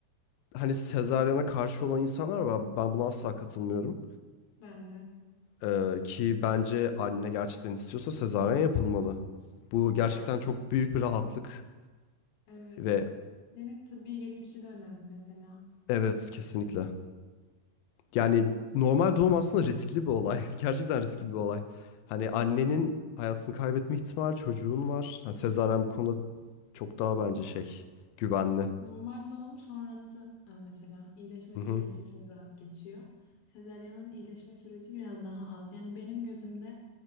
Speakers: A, on the left; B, on the left.
A: hani sezaryene karşı olan insanlar var. Ben buna asla katılmıyorum.
B: Ben de.
A: Ee, ki bence anne gerçekten istiyorsa sezaryen yapılmalı. Bu gerçekten
B: Ve annenin
A: çok büyük bir rahatlık
B: evet.
A: ve
B: Annenin tıbbi geçmişi de önemli mesela.
A: evet kesinlikle. Yani normal doğum aslında riskli bir olay. <laughs> Gerçekten riskli bir olay. Hani annenin hayatını kaybetme ihtimali çocuğun var. Yani sezaryen bu konuda çok daha bence şey güvenli.
B: Normal doğum sonrası e, mesela iyileşme
A: Hı
B: süreci
A: hı.
B: çok rahat geçiyor. Sezaryanın iyileşme süreci biraz daha az. Yani benim gözümde